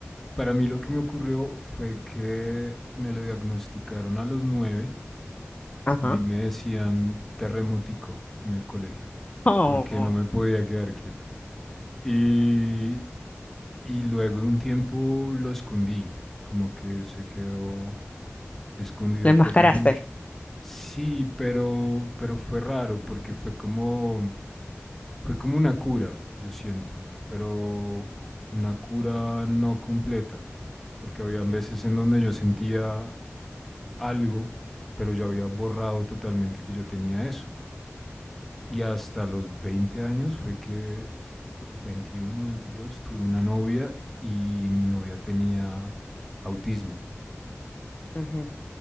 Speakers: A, in the centre; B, on the left.
A: para mí lo que me ocurrió fue que me lo diagnosticaron a los nueve.
B: Ajá.
A: A mí me decían terremótico en el colegio,
B: Oh,
A: porque no me podía quedar quieto. Y Y luego de un tiempo lo escondí, como que se quedó escondido
B: lo enmascaraste.
A: por mucho. Sí, pero, pero fue raro porque fue como, fue como una cura, yo siento, pero una cura no completa, porque había veces en donde yo sentía algo, pero yo había borrado totalmente que yo tenía eso. Y hasta los 20 años fue que, o 21, 22, tuve una novia y mi novia tenía autismo.
B: Ujú.